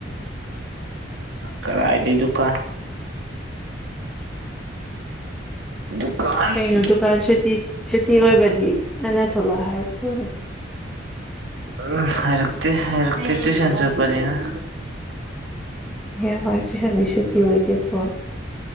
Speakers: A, on the right; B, in the centre.
A: ꯀꯔꯥꯏꯗꯩ ꯗꯨꯀꯥꯟ ꯗꯨꯀꯥꯟ
B: ꯀꯩꯅꯣ ꯗꯨꯀꯥꯟ ꯁꯨꯇꯤ ꯁꯨꯠ ꯇꯤ ꯑꯣꯏꯕꯗꯤ ꯅꯪꯅ ꯊꯣꯛꯂꯣ ꯍꯥꯏꯔꯛꯇꯔꯣꯅꯦ
A: ꯎꯝ ꯍꯥꯏꯔꯛꯇꯦ ꯍꯥꯏꯔꯛꯇꯦ ꯇꯨꯏꯁꯟ ꯆꯠꯄꯅꯤꯅ
B: ꯏꯍꯩ ꯍꯣꯏ ꯇꯨꯏꯁꯟꯗꯤ ꯁꯨꯇꯤ ꯑꯣꯏꯗꯦꯀꯣ